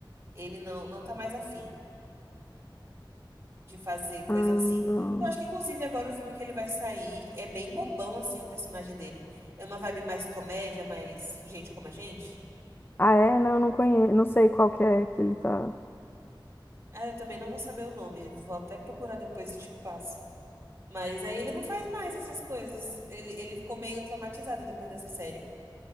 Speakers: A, on the right (about 30°); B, on the left (about 25°).
A: Ele não, não tá mais afim de fazer coisa
B: Ah, não.
A: assim. Eu acho que, inclusive, agora o filme que ele vai sair é bem bobão, assim, o personagem dele. É uma vibe mais comédia, mais gente como a gente.
B: Ah, é? Não, eu não conheço, não sei qual que é que ele tá.
A: Ah, eu também não vou saber o nome. Vou até procurar depois e te passo. Mas aí ele não faz mais essas coisas. Ele, ele ficou meio traumatizado depois dessa série.